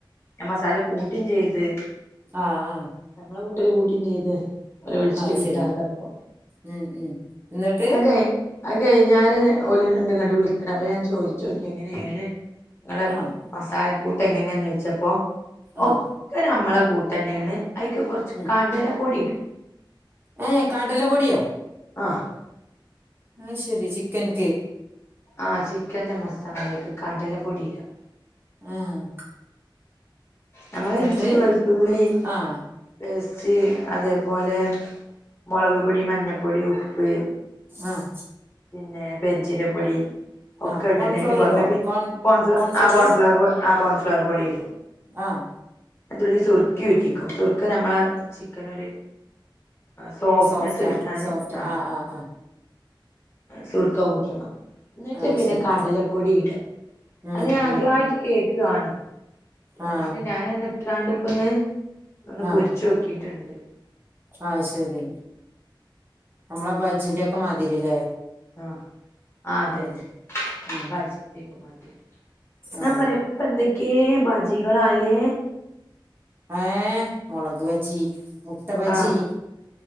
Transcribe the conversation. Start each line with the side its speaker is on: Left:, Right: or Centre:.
Left: ഞാൻ മസാല കൂട്ടിം ചെയ്ത്.
Right: ആഹ് ആഹ്.
Left: നമ്മളെ കൂട്ടര് കൂട്ടു ചെയ്തത്, ഓള വിളിച്ചിട്ട്
Right: അത്
Left: കിട്ടാത്തപ്പോ
Right: ശരി ഉം ഉം എന്നിട്ട്
Left: അത്കഴ് അത് കഴിഞ്ഞര ഓലിണ്ട്ങ്‌ട്ട് വിളിക്കണ അപ്പൊ ഞാൻ ചോയ്ച്ചോക്കി എങ്ങനെയാണ്, നിങ്ങളെ
Right: ആഹ്
Left: മസാലക്കൂട്ട് എങ്ങനെയാന്ന് ചോദിച്ചപ്പോ, ഒക്കെ
Right: ആഹ്
Left: നമ്മളെ കൂട്ട തന്നെയാണ് അയ്ക്ക് കൊറച്ച്
Right: ഉം
Left: കടല പൊടി ഇടും,
Right: ഏഹ് കടല പൊടിയോ?
Left: ആഹ്,
Right: ആഹ് ശെരി ചിക്കൻ കേ
Left: ആഹ് ചിക്കന്റെ മസാലേക്ക് കടല പൊടിയിടും
Right: ആഹ്,.
Left: നമ്മള്
Right: എന്നിട്ട്
Left: ഇഞ്ചി, വെളുത്തുള്ളി,
Right: ആഹ്
Left: പേസ്റ്റ് അതേപോലെ മുളക്, പൊടി മഞ്ഞപ്പൊടി, ഉപ്പ്,
Right: ആഹ്,
Left: പിന്നെ പെരുംഞ്ചീര പൊടി ഒക്കെ
Right: ആഹ്
Left: ഇടണന്
Right: കോൺഫ്ലോർ
Left: പുറമെ
Right: ഇടോ കോൺ
Left: കോൺഫ്ല
Right: കോൺഫ്ലോർ
Left: ആ കോൺഫ്ലവർ, പൊടി ആഹ് കോൺ ഫ്ലവർ പൊടിടും
Right: ആഹ്,
Left: തുള്ളി സുറുക്കെ ഉറ്റിക്കും സുറുക്ക നമ്മള ചിക്കനൊരു, സോഫ്റ്റ്നെസ്സ്
Right: സോഫ്റ്റാ
Left: കിട്ടാന്
Right: സോഫ്റ്റ്
Left: ആഹ്,
Right: ആഹ്
Left: സുർക്ക കൂട്ടണം എന്നിട്ട്
Right: ആഹ്
Left: പിന്നെ
Right: ശരി
Left: കടലപ്പൊടി ഇട,
Right: ഉം
Left: അത് ഞാൻ ആദ്യായിട്ട്
Right: ഉം
Left: കേക്കാണ്
Right: ആഹ്
Left: പക്ഷെ ഞാനന്ന് ണ്ടിപ്പന്ന് ഒന്ന്
Right: ആഹ്
Left: പൊരിച്ചു നോക്കിട്ടുണ്ട്,
Right: ആഹ് ശെരി നമ്മളെ ബജിന്റെ ഒക്കെ മാതിരില്ലേ,
Left: ആഹ് അതന്നെ
Right: ഉം ഉം
Left: ബജിന്റെക്കെ മാതിരി,
Right: ആഹ്
Left: നമ്മളിപ്പ പ്പന്തക്കെ ബജികളാലേ?
Right: ഏഹ് മുളക് ബജി, മുട്ട ബജി
Left: ആ